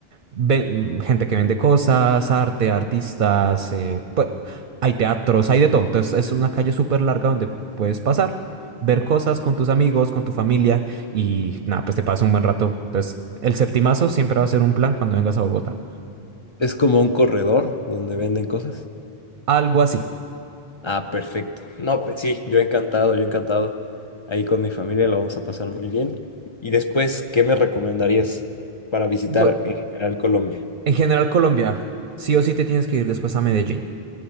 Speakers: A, on the right; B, on the left.
A: ve- mm, gente que vende cosas, arte, artistas, eh, pues, hay teatros, hay de todo. Entonces es una calle súper larga donde puedes pasar, ver cosas con tus amigos, con tu familia y nada, pues te pasa un buen rato. Entonces el septimazo siempre va a ser un plan cuando vengas a Bogotá.
B: Es como un corredor donde venden cosas.
A: Algo así.
B: Ah, perfecto. No, pues sí, yo encantado, yo encantado. Ahí con mi familia lo vamos a pasar muy bien. Y después, ¿qué me recomendarías para visitar
A: Bu-
B: en general Colombia?
A: en general, Colombia, sí o sí te tienes que ir después a Medellín,